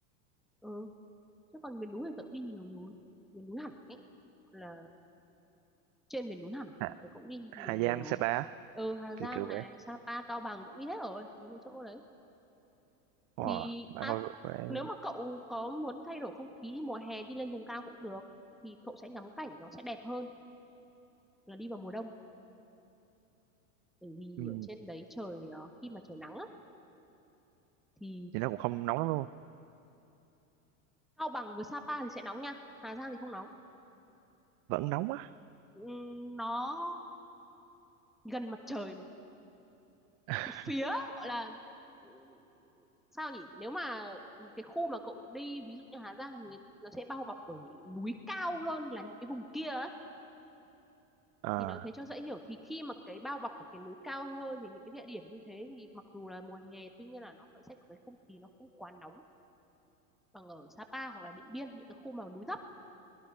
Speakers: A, in the centre; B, on the right.
A: ừ chứ còn miền núi thì tớ cũng đi nhiều rồi miền núi hẳn ấy là trên miền núi hẳn
B: Hà,
A: thì tớ cũng đi
B: Hà
A: nhiều nhiều
B: Giang
A: rồi
B: Sapa
A: ừ Hà Giang
B: kiểu kiểu
A: này
B: vậy
A: Sapa Cao Bằng tớ cũng đi hết rồi mấy cái chỗ đấy
B: wow,
A: thì
B: bạn
A: à,
B: có phải
A: nếu mà cậu có muốn thay đổi không khí mùa hè đi lên vùng cao cũng được thì cậu sẽ ngắm cảnh nó sẽ đẹp hơn là đi vào mùa đông bởi vì
B: ừ.
A: ở trên đấy trời ờ, khi mà trời nắng á, thì
B: thì nó cũng không nóng lắm luôn
A: Cao Bằng với Sapa thì sẽ nóng nha Hà Giang thì không nóng
B: vẫn nóng á
A: Ừm, nó gần mặt trời mà
B: <laughs>
A: cái phía gọi là ừ, sao nhỉ nếu mà cái khu mà cậu đi ví dụ như Hà Giang thì nó sẽ bao bọc bởi núi cao hơn là những cái vùng kia ấy.
B: à,
A: thì nó thế cho dễ hiểu thì khi mà cái bao bọc ở cái núi cao hơn thì những cái địa điểm như thế thì mặc dù là mùa hè tuy nhiên là nó vẫn sẽ có cái không khí nó không quá nóng bằng ở Sapa hoặc là Điện Biên những cái khu mà núi thấp